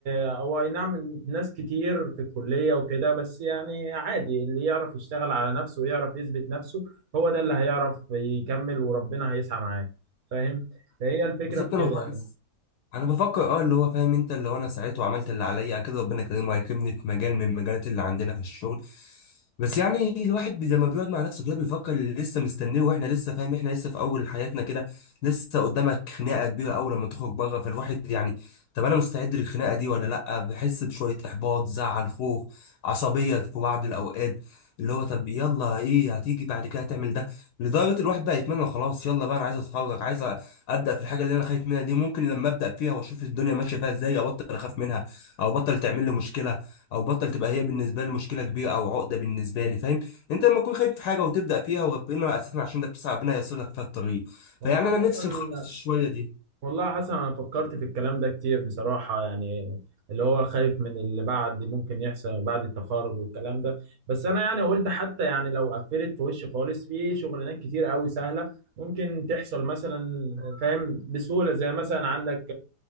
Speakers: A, on the right; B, on the left.
A: هو اي نعم ناس كتير في الكلية وكده بس يعني عادي اللي يعرف يشتغل على نفسه ويعرف يثبت نفسه هو ده اللي هيعرف يكمل وربنا هيسعى معاه فاهم فهي الفكرة
B: بالظبط
A: في
B: انا
A: كده
B: بحس-
A: يعني
B: انا بفكر اه اللي هو فاهم انت اللي هو انا ساعته وعملت اللي عليا اكيد ربنا كريم هيكرمني في مجال من المجالات اللي عندنا في الشغل بس يعني الواحد بي- لما بيقعد مع نفسه كده بيفكر اللي لسه مستنيه واحنا لسه فاهم احنا لسه في اول حياتنا كده لسه قدامك خناقه كبيره اول لما تخرج بره فالواحد يعني طب انا مستعد للخناقه دي ولا لا بحس بشويه احباط زعل خوف عصبيه في بعض الاوقات اللي هو طب يلا ايه هتيجي بعد كده هتعمل ده لدرجه الواحد بقى يتمنى خلاص يلا بقى انا عايز اتخرج عايز ابدا في الحاجه اللي انا خايف منها دي ممكن لما ابدا فيها واشوف الدنيا ماشيه فيها ازاي ابطل اخاف منها او بطل تعمل لي مشكله او بطل تبقى هي بالنسبه لي مشكله كبيره او عقده بالنسبه لي فاهم انت لما تكون خايف في حاجه وتبدا فيها وربنا اساسا عشان ده بتسعى ربنا ييسر لك فيها الطريق
A: والله
B: فيعني انا نفسي
A: حسن
B: نخلص الشويه دي
A: والله يا حسن انا فكرت في الكلام ده كتير بصراحة يعني اللي هو خايف من اللي بعد ممكن يحصل بعد التخرج والكلام ده بس انا يعني قلت حتى يعني لو قفلت في وشي خالص في شغلانات كتير قوي سهلة ممكن تحصل مثلا فاهم بسهولة زي مثلا عندك